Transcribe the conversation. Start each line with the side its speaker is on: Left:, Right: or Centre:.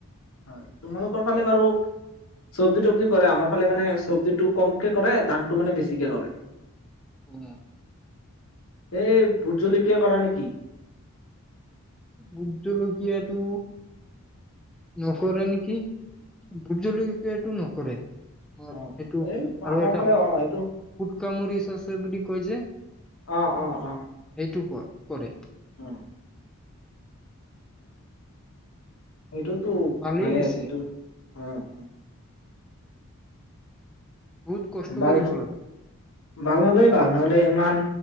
Left: হয়, তোমালোকৰ ফালে বাৰু চব্জি-তব্জি কৰে আমাৰ ফালে মানে চব্জিটো কমকে কৰে ধানটো মানে বেছিকে কৰে।
Centre: উম।
Left: এই ভোট জলকীয়া কৰা নেকি।
Centre: ভুট জলকীয়াটো, নকৰে নেকি, ভুত জলকীয়াটো নকৰে। অ, সেইটো
Left: অ এই
Centre: আৰু
Left: আমাৰ
Centre: এটা
Left: ফালে
Centre: ফু-ফুটকামুৰিচ
Left: অ এইটো
Centre: আছে বুলি কয় যে,
Left: অ অ অ
Centre: সেইটো কয়। কৰে
Left: অ। সেইটোতো
Centre: ভালেই
Left: ভালে
Centre: হৈছে
Left: আছে টো, অ', অ।
Centre: বহুত কষ্ট
Left: ভাল
Centre: কৰিব লাগে।
Left: ভাল হলেই ভাল, নহ'লে ইমান,